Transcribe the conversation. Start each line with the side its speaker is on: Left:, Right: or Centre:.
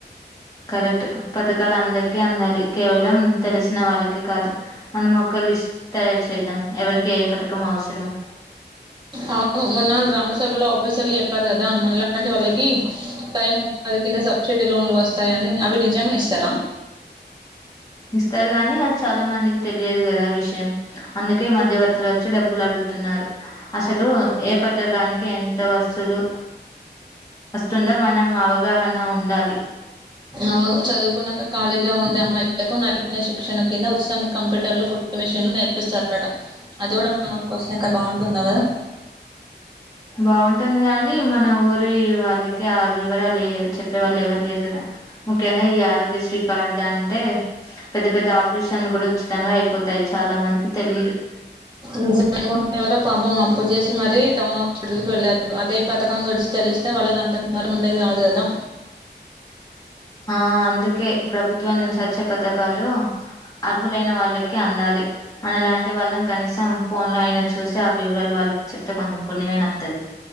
Left: కరెక్ట్ పథకాలు అందరికీ అందాలి. కేవలం తెలిసిన వాళ్ళకే కాదు మనం ఒక లిస్ట్ తయారు చేద్దాం. ఎవరికి ఏ పథకం అవసరమో
Right: అవును మొన్న గ్రామ సభలో ఆఫీసర్లు చెప్పారు. కదా మనలాంటి వాళ్ళకి టైమ్ ఉపాది కింద సబ్సిడీ లోన్లు వస్తాయి. అని అవి నిజంగా ఇస్తారా
Left: ఇస్తారు గానీ అది చాలా మందికి తెలియదు. కదా ఆ విషయం అందుకే మధ్యవర్తిలు వచ్చి డబ్బు డబ్బులు అడుగుతున్నారు. అసలు ఏ పత్రకానికి ఎంత వస్తువులు వస్తుందో మనం అవగాహన నా ఉండాలి.
Right: అవును చదువుకున్నాక ఖాళీగా ఉండే అమ్మాయిలకు నాటిజ్ఞ శిక్షణ కింద ఉచితంగా కంప్యూటర్లు, కుట్టుమిషిన్లు మిషన్లు నేర్పిస్తారట అది కూడా మన వారికి వస్తే ఎంత బాగుంటుందో కదా
Left: బాగుంటుంది కాగాని మన ఊరి వాళ్ళకి ఆ వివరాలు చెప్పే వాళ్ళు ఎవరు లేరాట ముఖ్యంగా ఈ ఆరోగ్యశ్రీ కార్డ్ అంటే పెద్ద పెద్ద ఆపరేషన్లు కూడా ఉచితంగా అయిపోతాయి చాలా మందికి తెలియదు
Right: నిజమేమన్న ఎవరో పాపం అప్పు చేసి మరీ టౌన్ హాస్పిటల్కి వెళ్ళారు అదే పథకం గలిసి తెలిస్తే వాళ్ళకి అంత మారం ఉండేది కాదు కదా
Left: ఆ అందుకే ప్రభుత్వం నుంచి వచ్చే పథకాలు అర్హులైన వాళ్ళకి అందాలి. మన లాంటి వాళ్ళం కనీసం ఫోన్ లో అయిన చూసి ఆ వివరాలు వాళ్ళకి చెప్తే కొంచెం పుణ్యమైన వత్తాది.